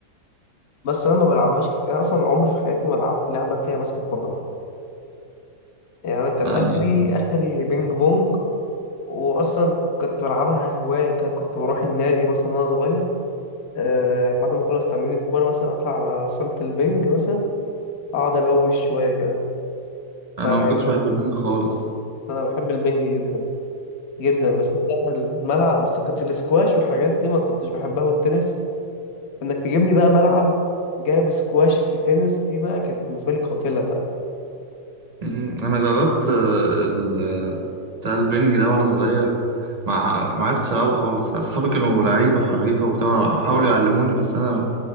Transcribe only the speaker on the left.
بس أنا ما بلعبهاش كتير أنا أصلا عمري في حياتي ما لعبت لعبة فيها ماسكة مضربة يعني أنا كان
آخري آخري بينج بونج واصلا كنت بلعبها هوايه كده كنت بروح النادي مثلا وانا صغير آه بعد ما اخلص تمرين الكوره مثلا اطلع على صاله البنج مثلا اقعد الوش شويه كده
فيعني
انا بحب البنج جدا جدا بس أنا بقى الملعب بس كنت الاسكواش والحاجات دي ما كنتش بحبها والتنس انك تجيبني بقى ملعب جايب سكواش في تنس دي بقى كانت بالنسبه لي قاتله بقى